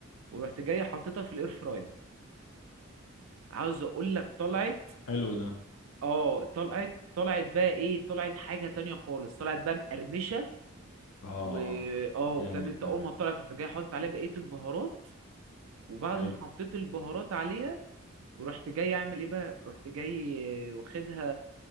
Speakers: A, on the right; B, on the left.
A: ورحت جاي حطيتها في الاير فراير عاوز اقول لك طلعت
B: حلو ده
A: اه طلعت طلعت بقى ايه طلعت حاجه تانية خالص طلعت بقى مقرمشه
B: اه
A: و اه
B: جامد
A: فاهم انت
B: ده
A: اول ما طلعت رحت جاي حاطط عليها بقيه البهارات وبعد
B: حلو
A: ما حطيت البهارات عليها ورحت جاي اعمل ايه بقى رحت جاي واخدها